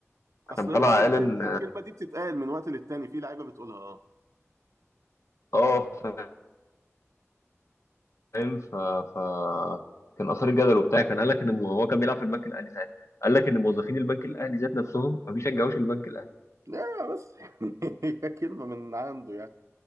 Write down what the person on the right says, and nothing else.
اصل
هو الكلمه
الكلمه دي بتتقال من وقت للتاني في لعيبه بتقولها اه
لا بس <laughs> هي كلمة من عنده يعني